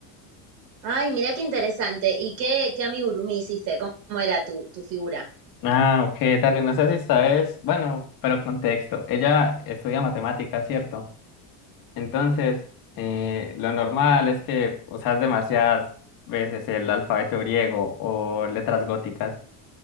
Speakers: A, on the right; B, on the left.
A: Ay, mira qué interesante. ¿Y qué, qué amigurumi hiciste? ¿Cómo era tu, tu figura?
B: Ah, ok, dale, no sé si sabes, bueno, pero contexto, ella estudia matemáticas, ¿cierto? Entonces, eh, lo normal es que usas demasiadas veces el alfabeto griego o letras góticas.